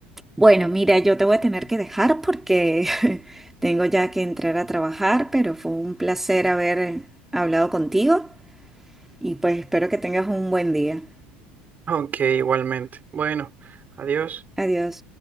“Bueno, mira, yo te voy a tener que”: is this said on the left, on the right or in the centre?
Centre